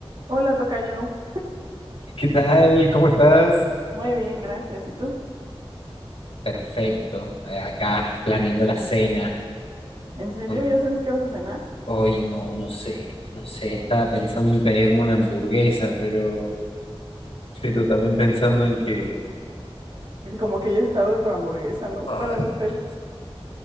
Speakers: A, on the right; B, on the left.
A: Hola, tocayo.
B: ¿Qué tal? ¿Cómo estás?
A: Muy bien, gracias. ¿Y tú?
B: Perfecto. eh, Acá planeando la cena.
A: ¿En serio?
B: Con-
A: ¿Ya sabes qué vas a cenar?
B: Hoy no, no sé, no sé. Estaba pensando en pedirme una hamburguesa, pero, pero también pensando en que,
A: Y Como que ya es tarde para hamburguesa, ¿no?
B: ay,
A: Bueno, no sé.